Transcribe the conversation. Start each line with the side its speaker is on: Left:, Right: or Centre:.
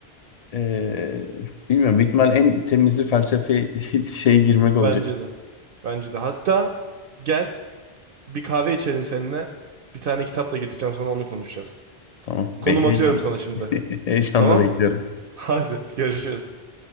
Left: ee, bilmiyorum ihtimal en temizi felsefe <laughs> şeye girmek olacak.
Right: Bence de. Bence de. Hatta gel bir kahve içelim seninle. Bir tane kitap da getireceğim sana onu konuşacağız.
Left: Tamam. Be
Right: Konum
Left: heyecan.
Right: atıyorum sana şimdi.
Left: <laughs> Heyecanla
Right: Tamam?
Left: bekliyorum.
Right: <laughs> Hadi görüşürüz.